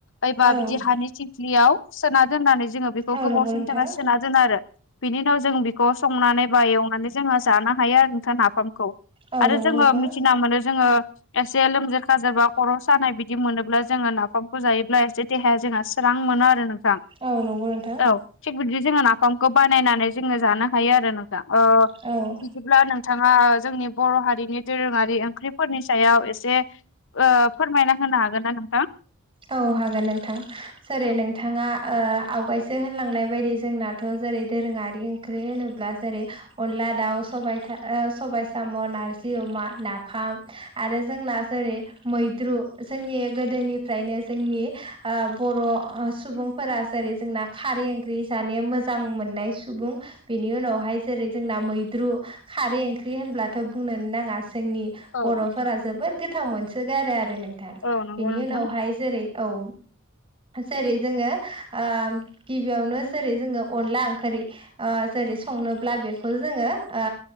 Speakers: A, on the left (about 60°); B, on the right (about 25°).
A: ऐबा
B: औ
A: बिदि हानि थिंख्लियाव सोना दोननानै जोङो बेखौ
B: औ
A: गोबाव
B: नंगौ
A: समनि
B: नोंथां
A: थाखाय सोना दोनो आरो। बिनि उनाव जों बेखौ संनानै बा एवनानै जोंहा जानो हायो आरो नोंथां नाफामखौ।
B: औ
A: आरो
B: नंगौ
A: जोङो
B: नोंथां
A: मिथिना मोनो जोङो एसे लोमजा खाजा बा खर' सानाय बिदि मोनोब्ला जोङो नाफामखौ जायोब्ला एसे देहाया जोंहा स्रां मोनो आरो नोंथां
B: औ नंगौ नोंथां
A: औ थिग बिदि जोङो नाफामखौ बानायनानै जोङो जानो हायो आरो नोंथां ओ
B: औ
A: बिदिब्ला नोंथाङा जोंनि बर' हारिनि दोरोङारि ओंख्रिफोरनि सायाव एसे फोरमायना होनो हागोन ना नोंथां?
B: औ हागोन नोंथां सोरै
A: औ
B: नोंथाङा ओ आवगायसो होनलांनाय बायदि जोंना थ' जेरै दोरोङारि ओंख्रि होनोब्ला जेरै अनला दाउ सबाय था ओ सबाय साम' नार जि अमा नाफाम आरो जोंना जेरै मैद्रु जोंनि गोदोनि फ्रायनो जोंनि ओ बर' सुबुंफोरा जेरै जोंना खारै ओंख्रि जानाया मोजां मोननाय सुबुं बेनि उनावहाय जेरै जोंना मैद्रु खारै ओंख्रि होनब्लाथ' बुंनोन नाङा जोंनि
A: औ
B: बर'फोरा
A: नोंथां।
B: जोबोद गोथाव मोनसोगारो आरो नोंथां बेनि
A: औ नंगौ नोंथां
B: उनावहाय जेरै औ जेरै जोङो ओ गिबियावनो जेरै जोङो अनला ओंख्रि ओ जेरै संनोब्ला बेखौ जोङो ओ